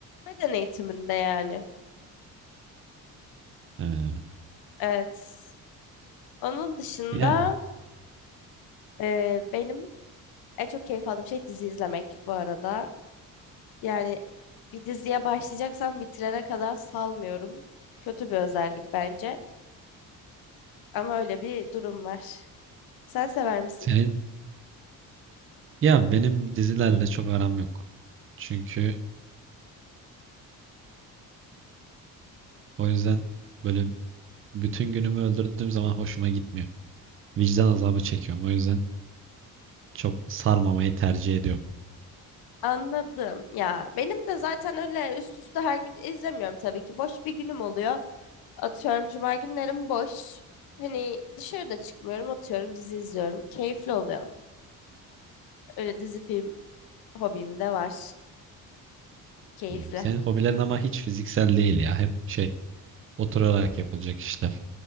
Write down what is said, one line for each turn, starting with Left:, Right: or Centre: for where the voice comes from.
Left: beden eğitiminde yani.
Right: Ha,
Left: Evet. Onun dışında
Right: ya
Left: e, benim en çok keyif aldığım şey dizi izlemek bu arada. Yani bir diziye başlayacaksam bitirene kadar salmıyorum. Kötü bir özellik bence. Ama öyle bir durum var. Sen sever misin?
Right: senin ya benim dizilerle çok aram yok. Çünkü o yüzden böyle bütün günümü öldürdüğüm zaman hoşuma gitmiyor. Vicdan azabı çekiyorum. O yüzden çok sarmamayı tercih ediyorum.
Left: Anladım. Ya benim de zaten öyle üst üste her gün izlemiyorum tabii ki. Boş bir günüm oluyor. Atıyorum cuma günlerim boş. Hani dışarıda çıkmıyorum, atıyorum dizi izliyorum. Keyifli oluyor. Öyle dizi film hobim de var. Keyifli.
Right: Hmm, Senin hobilerin ama hiç fiziksel değil ya. Hep şey oturarak yapılacak işler.